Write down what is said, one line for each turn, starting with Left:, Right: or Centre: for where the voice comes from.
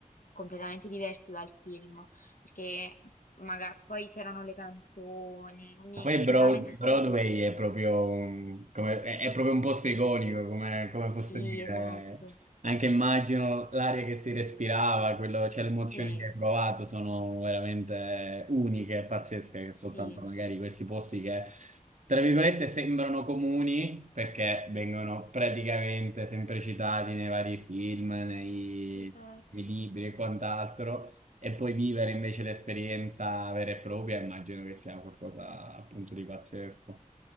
Left: completamente diverso dal film, perché magari poi c'erano le canzoni, quindi
Right: Poi Broad-
Left: veramente è stato
Right: Broadway
Left: bellissimo.
Right: è proprio, un- come- è, è proprio un posto iconico, come, come posso
Left: Sì,
Right: dire.
Left: esatto,
Right: Anche immagino l'aria che si respirava, quello- cioè le emozioni
Left: sì,
Right: che hai provato sono veramente uniche e pazzesche, che soltanto
Left: sì.
Right: magari questi posti che, tra virgolette, sembrano comuni perché vengono praticamente sempre citati nei vari film, nei
Left: Esatto.
Right: nei libri e quant'altro. E poi vivere invece l'esperienza vera e propria, immagino che sia qualcosa appunto di pazzesco.